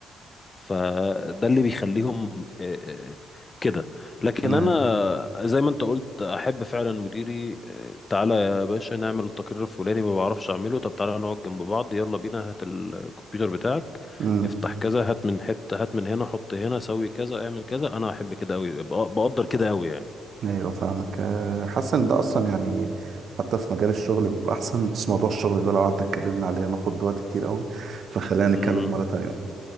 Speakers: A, on the left; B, on the right.
A: فده اللي بيخليهم آه، آه، كده لكن
B: ايوه
A: انا زي ما انت قلت احب فعلا مديري آه، تعالى يا باشا نعمل التقرير الفلاني ما بعرفش اعمله طب تعالى نقعد جنب بعض يلا بينا هات الكمبيوتر بتاعك
B: مم،
A: افتح كذا هات من حتة هات من هنا حط هنا سوي كذا اعمل كذا انا احب كده قوي بقدر كده قوي يعني
B: أيوة، فاهمك آه، حاسس ان ده اصلا يعني حتى في مجال الشغل بيبقى احسن بس موضوع الشغل ده لو قعدنا اتكلمنا عليه هناخد وقت كتير قوي فخلينا نتكلم
A: امم
B: مرة تانية